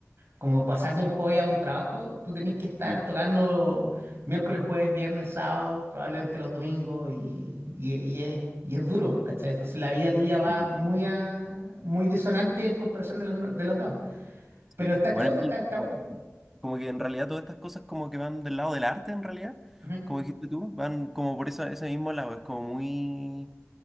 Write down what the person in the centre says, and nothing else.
Obvio.
sí, sí.
Sí.
Bueno,
yo-
como que en realidad todas estas cosas como que van del lado del arte en realidad,
como dijiste tú, van como por esa- ese mismo lado, es como muy,